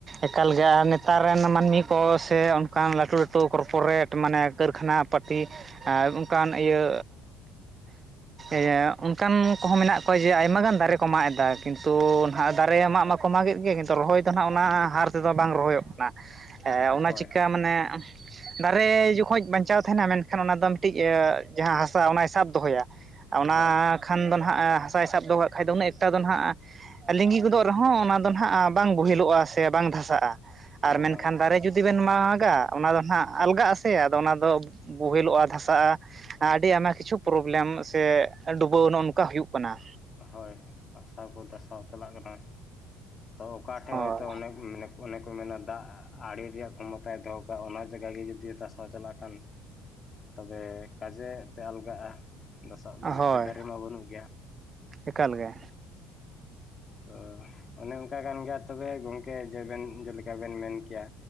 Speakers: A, on the right; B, on the left.
A: ᱮᱠᱟᱞ ᱜᱮ ᱟᱨ ᱱᱮᱛᱟᱨ ᱨᱮᱱ ᱢᱟᱹᱱᱢᱤ ᱠᱚ ᱥᱮ ᱚᱱᱠᱟᱱ ᱞᱟᱹᱴᱩ ᱞᱟᱹᱴᱩ ᱠᱚᱨᱯᱳᱨᱮᱴ ᱢᱟᱱᱮ ᱠᱟᱹᱨᱠᱷᱟᱱᱟ᱾ ᱯᱟᱴᱤ ᱚᱱᱠᱟᱱ ᱤᱭᱟᱹ᱾ ᱮᱭᱟᱹ ᱚᱱᱠᱟᱱ ᱠᱚᱦᱚᱸ ᱢᱮᱱᱟᱜ ᱠᱚᱣᱟ ᱡᱮ ᱟᱭᱢᱟ ᱜᱟᱱ ᱫᱟᱨᱮ ᱠᱚ ᱢᱟᱜ ᱮᱫᱟ ᱠᱤᱱᱛᱩ ᱱᱟᱦᱟᱜ ᱫᱟᱨᱮ ᱦᱚᱸ ᱢᱟᱜ ᱢᱟᱠᱚ ᱢᱟᱜᱮᱫ ᱜᱮ ᱠᱤᱱᱛᱩ ᱨᱚᱦᱚᱭ ᱫᱚ ᱱᱟᱦᱟᱜ ᱚᱱᱟ ᱦᱟᱨ ᱛᱮᱫᱚ ᱵᱟᱝ ᱨᱚᱦᱚᱭᱚᱜ ᱠᱟᱱᱟ᱾ ᱮᱻ ᱚᱱᱟ
B: ᱦᱳᱭ
A: ᱪᱤᱠᱟ ᱢᱟᱱᱮ? ᱫᱟᱨᱮ ᱡᱚᱠᱷᱚᱡ ᱵᱟᱧᱪᱟᱣ ᱛᱷᱟᱦᱮᱱᱟ ᱢᱮᱱᱠᱷᱟᱱ ᱚᱱᱟ ᱫᱚ ᱢᱤᱫᱴᱤᱡ ᱤᱭᱟᱹ ᱡᱟᱦᱟᱸ ᱦᱟᱥᱟ ᱚᱱᱟᱭ ᱥᱟᱵ ᱫᱚᱦᱚᱭᱟ᱾ ᱚᱱᱟ
B: ᱦᱳᱭ
A: ᱠᱷᱟᱱ ᱫᱚ ᱱᱟᱦᱟᱜ ᱦᱟᱥᱟᱭ ᱥᱟᱵ ᱫᱚᱦᱚ ᱠᱟᱜ ᱠᱷᱟᱡ ᱫᱚ ᱩᱱᱟᱹᱜ ᱮᱠᱴᱟ ᱫᱚ ᱱᱟᱦᱟᱜ ᱞᱤᱝᱜᱤ ᱜᱚᱫᱚ ᱨᱚᱦᱚᱸ ᱚᱱᱟ ᱫᱚ ᱱᱟᱦᱟᱜ ᱵᱟᱝ ᱵᱳᱦᱮᱞᱚᱜ-ᱟ ᱥᱮ ᱵᱟᱝ ᱫᱷᱟᱥᱟᱜ-ᱟ
B: ᱦᱚᱸ
A: ᱟᱨ ᱢᱮᱱᱠᱷᱟᱱ
B: ᱵᱟᱝ ᱫᱟᱥᱟᱜᱼᱟ
A: ᱫᱟᱨᱮ ᱡᱩᱫᱤ ᱵᱮᱱ ᱢᱟᱜᱟ ᱚᱱᱟ ᱫᱚ ᱱᱟᱦᱟᱜ ᱟᱞᱜᱟᱜ-ᱟ ᱥᱮ ᱟᱫᱚ ᱚᱱᱟ ᱫᱚ ᱵᱳᱦᱮᱞᱚᱜ-ᱟ ᱫᱷᱟᱥᱟᱜ-ᱟ᱾ ᱟᱹᱰᱤ ᱟᱭᱢᱟ ᱠᱤᱪᱷᱩ ᱯᱨᱚᱵᱽᱞᱮᱢ ᱥᱮ ᱰᱩᱵᱟᱹᱣ ᱱᱚᱜ ᱱᱚᱝᱠᱟ ᱦᱩᱭᱩᱜ ᱠᱟᱱᱟ᱾
B: ᱦᱳᱭ ᱦᱟᱥᱟ ᱠᱚ ᱫᱟᱥᱟᱣ ᱪᱟᱞᱟᱜ ᱠᱟᱱᱟ ᱛᱚ ᱚᱠᱟᱴᱷᱮᱡ
A: ᱦᱳᱭ
B: ᱦᱳᱭᱛᱚ ᱚᱱᱮᱠ ᱢᱟᱱᱮ, ᱚᱱᱮ ᱠᱚ ᱢᱮᱱᱟ ᱫᱟᱜ ᱟᱲᱮ ᱨᱮᱭᱟᱜ ᱠᱷᱚᱢᱚᱛᱟᱭ ᱫᱚᱦᱚ ᱠᱟᱜ-ᱟ ᱚᱱᱟ ᱡᱟᱜᱟᱜᱮ ᱡᱩᱫᱤ ᱫᱟᱥᱟᱣ ᱪᱟᱞᱟᱜ ᱠᱷᱟᱱ᱾ ᱛᱚᱵᱮ ᱠᱟᱡᱮ ᱛᱮ ᱟᱞᱜᱟᱜ-ᱟ ᱵᱮᱥᱚᱜ ᱞᱟᱹᱜᱤᱫ
A: ᱦᱳᱭ
B: ᱛᱮ ᱫᱟᱨᱮ ᱢᱟ ᱵᱟᱹᱱᱩᱜ ᱜᱮᱭᱟ᱾
A: ᱮᱠᱟᱞ ᱜᱮ᱾
B: ᱚ ᱚᱱᱮ ᱚᱱᱠᱟ ᱜᱟᱱ ᱜᱮᱦᱟᱜ ᱛᱚᱵᱮ ᱜᱚᱝᱠᱮ ᱡᱮ ᱵᱮᱱ ᱡᱮᱞᱮᱠᱟ ᱵᱮᱱ ᱢᱮᱱ ᱠᱮᱭᱟ᱾